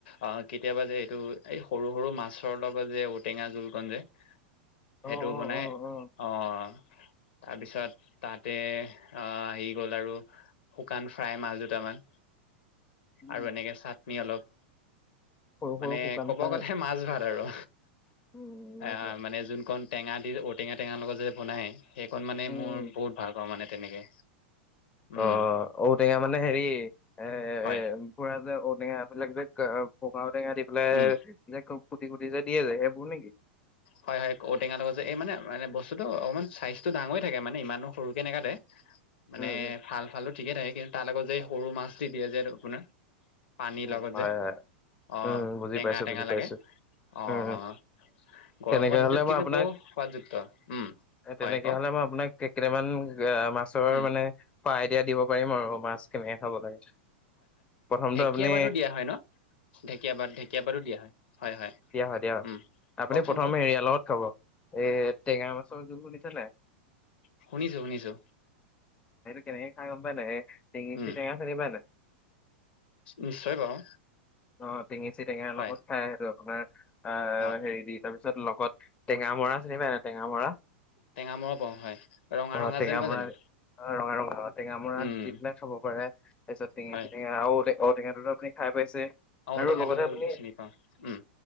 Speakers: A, on the left (about 65°); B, on the left (about 20°).
A: অহ কেতিয়াবা যে এইটো এই সৰু -সৰু মাছৰ লগত যে ঔ-টেঙা জো জুলকন যে সেইটো
B: অ', অ',
A: বনাই
B: অ', অ',
A: অহ তাৰপিছত তাতে আহ হেৰি গ'ল আৰু শুকান ফ্ৰাই মাছ দুটামান
B: উম,
A: আৰু এনেকে চাটনি অলপ
B: সৰু
A: ম <inaudible> মানে
B: সৰু শুকান
A: ক'ব
B: চাই
A: গ'লে মাছ ভাত আৰু
B: উম, মাছ
A: এ'
B: বা
A: মানে যোনখন টেঙা দি টেঙা -টেঙা লগত যে বনাই সেইকণ মানে
B: উম।
A: মোৰ বহুত ভাল পাওঁ মানে তেনেকে। উম
B: অহ, ঔটেঙা মানে হেৰি এ'
A: হয়
B: পুৰা যে ঔটেঙা এইবিলাক যে পকা ঔ-টেঙা দি পেলাই
A: উম
B: যে কুটি- কুটি যে দিয়ে যে এবোৰ নেকি?
A: হয় হয় ঔটেঙাৰ লগত যে এই মানে মানে বস্তুটো অকমান চাইজটো ডাঙৰয়েই থাকে মানে ইমানো সৰু কে নেকাতে। মানে
B: উম,
A: ভাল ভালটো ঠিকে থাকে কিন্তু তাৰ লগত যে, সৰু মাছ দিয়ে যে আপোনাৰ। পানীৰ
B: উম,
A: লগত
B: হয়,
A: যে।
B: হয়,
A: অ
B: উম, বুজি
A: টেঙা
B: পাইছোঁ,
A: টেঙা
B: বুজি পাইছোঁ,
A: লাগে। অঁ
B: উম, উম,
A: অঁ। গৰমৰ
B: তেনেকে
A: দিনত
B: হ'লে
A: কিন্তু
B: মই আপোনাক
A: বৰ সোৱাদযুক্ত। উম। হয়
B: তেনেকে
A: কওক
B: হলে মই আপোনাক কেইটামান মাছৰ
A: উম
B: মানে, আইদিয়া দিব পাৰিম আৰু মাছ কেনেকে খাব লাগে। প্ৰথমটো আপুনি
A: ঢেঁকীয়াপাটো দিয়া হয় ন? ঢেঁকীয়াপাত ঢেঁকীয়াপাত দিয়া হয়, হয় হয়
B: দিয়া দিয়া হয়।
A: উম।
B: আপুনি
A: কওকচোন
B: প্ৰথমে
A: কওক
B: এৰিয়া লগত খাব এ টেঙা মাছৰ জোল শুনিছে নাই?
A: শুনিছো শুনিছো।
B: কেনেকৈ খাই গম পাই নাই? স টিঙেচি
A: উম
B: টেঙা চিনি পাই নাই?
A: নিশ্চয় বাৰু।
B: অ টেঙেচি টেঙাৰ
A: হয়।
B: লগত খাই, সেইটো আপোনাৰ আহ
A: অ
B: হেৰি দি তাৰপিছত তাৰপিছত লগত টেঙা মৰা চিনি পাই নাই টেঙা মৰা?
A: টেঙামৰা পাওঁ হয় ৰঙা
B: অ
A: ৰঙা
B: টেঙা
A: যে নহয়
B: মৰা
A: জানো
B: অ ৰঙা ৰঙা অ টেঙামৰা
A: উম
B: দি পেলাই খাব পাৰে, তাৰ পিছত টেঙেচি
A: হয়।
B: টেঙা আৰু ঔটেঙাটো ত' আপুনি খাই পাইছে। আৰু
A: অ ঔটেঙাটো
B: লগতে আপুনি
A: চিনি পাওঁ উম